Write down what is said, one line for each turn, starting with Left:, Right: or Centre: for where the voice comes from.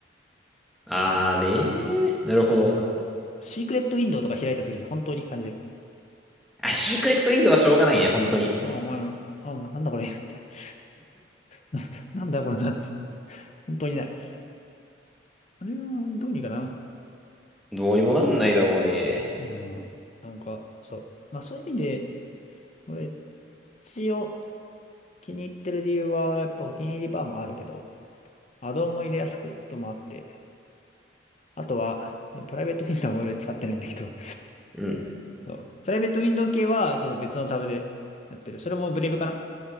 Centre: あーね
Left: ん。
Centre: ー。なるほど。
Left: あの、あのシークレットウィンドウとか開いた時に本当に感じる。
Centre: あ、シークレットインドはしょうがないね、本当に。
Left: あ、お前、あ、もうなんだこれ。<laughs> な、なんだこれなって。本当になる。あれはどうにかな。
Centre: どうにもなんないだろうね。
Left: うん。なんか、そう。まあそういう意味で、俺、一応気に入ってる理由は、やっぱお気に入りバーもあるけど、アドオンも入れやすくともあって、あとは、プライベートウィンドウは俺使ってないんだけど、
Centre: うん。
Left: そうプライベートウィンドウ系はちょっと別のタブでやってる。それもブレイブかな